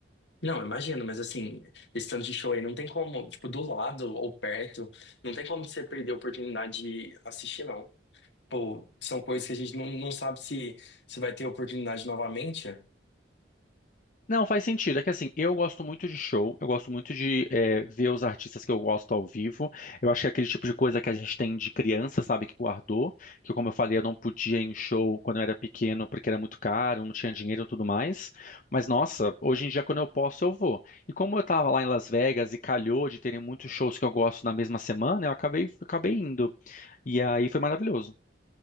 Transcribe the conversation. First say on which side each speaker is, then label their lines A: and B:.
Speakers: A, on the left; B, on the left.
A: Não, imagino, mas assim, esse tanto de show aí não tem como, tipo, do lado ou perto, não tem como você perder a oportunidade de assistir, não. Pô, são coisas que a gente não, não sabe se, se vai ter oportunidade novamente.
B: Não, faz sentido. É que assim, eu gosto muito de show, eu gosto muito de é, ver os artistas que eu gosto ao vivo. Eu acho que é aquele tipo de coisa que a gente tem de criança, sabe, que guardou, que como eu falei, eu não podia ir em show quando eu era pequeno porque era muito caro, não tinha dinheiro e tudo mais. Mas nossa, hoje em dia quando eu posso, eu vou. E como eu tava lá em Las Vegas e calhou de terem muitos shows que eu gosto na mesma semana, eu acabei, acabei indo. E aí foi maravilhoso.